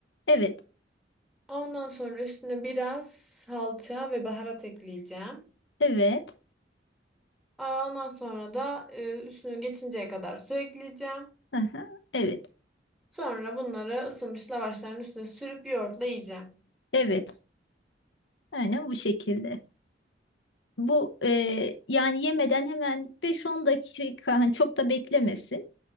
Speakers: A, on the left; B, in the centre.
A: evet,
B: Ondan sonra üstüne biraz salça ve baharat ekleyeceğim.
A: evet,
B: Aa, Ondan sonra da e, üstünü geçinceye kadar su ekleyeceğim.
A: aha, evet,
B: Sonra bunları ısınmış lavaşların üstüne sürüp yoğurtla yiyeceğim.
A: evet. Aynen bu şekilde. Bu e, yani yemeden hemen beş on dakika hani çok da beklemesin.